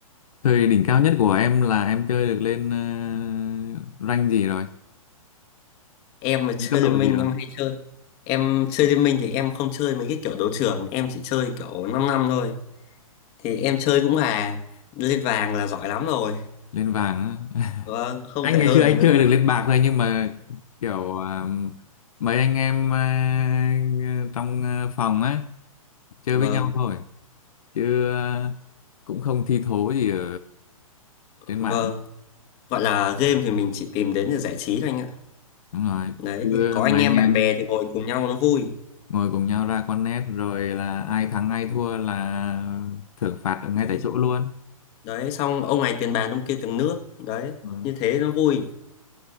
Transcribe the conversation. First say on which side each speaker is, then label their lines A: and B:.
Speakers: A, on the left; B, on the left.
A: thời đỉnh cao nhất của em là em chơi được lên à, rank gì rồi?
B: Em mà
A: Lên
B: chơi
A: cấp độ
B: liên minh
A: gì rồi?
B: em hay chơi. Em chơi liên minh thì em không chơi mấy cái kiểu đấu trường, em chỉ chơi kiểu 5 năm năm thôi. thì em chơi cũng là lên vàng là giỏi lắm rồi
A: Lên vàng á. <laughs>
B: vâng không
A: Anh
B: thể
A: ngày
B: hơn
A: xưa anh
B: được nữa
A: chơi được lên bạc thôi nhưng mà kiểu à, mấy anh em à, trong à, phòng á chơi
B: vâng
A: với nhau thôi. chứ ờ, cũng không thi thố gì ở trên mạng
B: vâng gọi là game thì mình chỉ tìm đến để giải trí thôi anh ạ
A: đúng rồi
B: đấy
A: cứ
B: thì có
A: mấy
B: anh em
A: anh em
B: bạn bè thì ngồi cùng nhau nó vui
A: ngồi cùng nhau ra con nét rồi là ai thắng ai
B: đấy
A: thua là thưởng phạt ở ngay
B: đấy,
A: tại chỗ luôn
B: đấy xong ông này tiền bàn ông kia tiền nước đấy
A: Rồi.
B: như thế nó vui